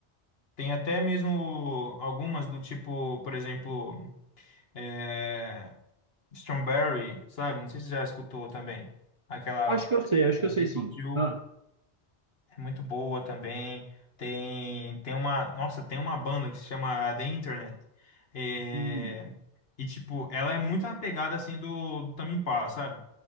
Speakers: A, on the left; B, on the right.
A: Tem até mesmo algumas do tipo, por exemplo, é, Strawberry, sabe? Não sei se você já escutou também. Aquela
B: Acho que eu sei, acho
A: é,
B: que eu sei
A: Without
B: sim.
A: You
B: Ah.
A: é muito boa também. Tem, tem uma, nossa, tem uma banda que se chama The Internet. É,
B: Hum.
A: E, tipo, ela é muito na pegada, assim, do, do Tame Impala, sabe?